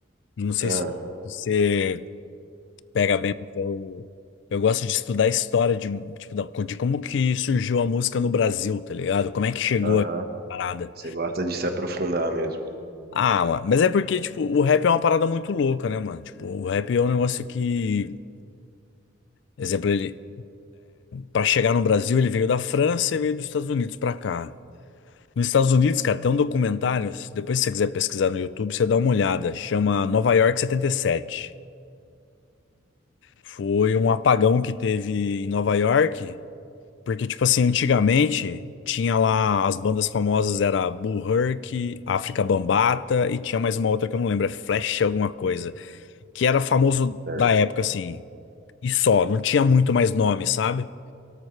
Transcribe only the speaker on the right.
ah,
aham.
Você gosta de se aprofundar mesmo.
certo?